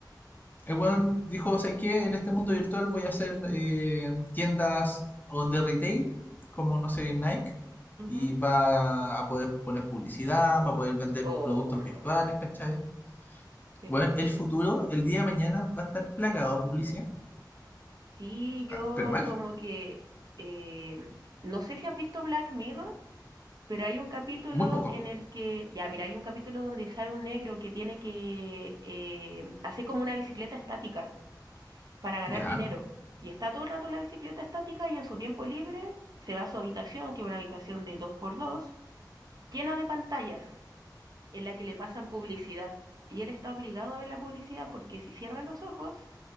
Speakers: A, on the left; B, on the right.
A: El weón dijo, ¿sabes qué? En este mundo virtual voy a hacer eh, tiendas on the retail, como, no sé, Nike,
B: Ujú.
A: y va a poder poner publicidad, va a poder vender
B: Oh,
A: productos
B: no,
A: virtuales, ¿cachai?
B: qué
A: Weón,
B: terrible.
A: el futuro, el día de mañana, va a estar plagado de publicidad,
B: Sí, yo
A: Ah, pero mal,
B: como que, eh, no sé si has visto Black Mirror, pero hay un capítulo
A: muy poco.
B: en el que, ya, mira, hay un capítulo donde sale un negro que tiene que eh, hacer como una bicicleta estática para ganar
A: Ya,
B: dinero. Y está todo el rato en la bicicleta estática y en su tiempo libre se va a su habitación, que es una habitación de dos por dos llena de pantallas. en la que le pasan publicidad. Y él está obligado a ver la publicidad porque si cierra los ojos,